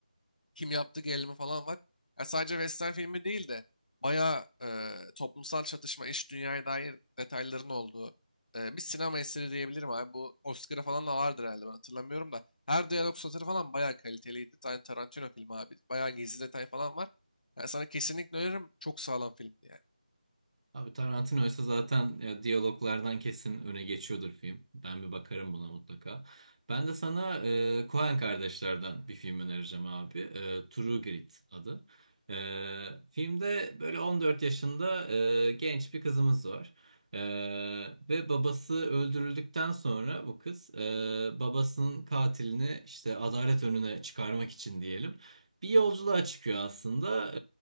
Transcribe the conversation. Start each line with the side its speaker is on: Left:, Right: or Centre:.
Left: Kim yaptı gerilimi falan var. Ya sadece western filmi değil de bayağı e, toplumsal çatışma, iş dünyaya dair detayların olduğu e, bir sinema eseri diyebilirim abi. Bu Oscar'a falan da vardır herhalde ben hatırlamıyorum da. Her diyalog satırı falan bayağı kaliteliydi. Tar- Tarantino filmi abi. Bayağı gizli detay falan var. Yani sana kesinlikle öneririm. Çok sağlam filmdi yani.
Right: Abi Tarantino ise zaten ya, diyaloglardan kesin öne geçiyordur film. Ben bir bakarım buna mutlaka. Ben de sana e, Coen kardeşlerden bir film önereceğim abi. E, True Grit adı. E, filmde böyle 14 yaşında e, genç bir kızımız var. E, ve babası öldürüldükten sonra bu kız e, babasının katilini işte adalet önüne çıkarmak için diyelim. Bir yolculuğa çıkıyor aslında.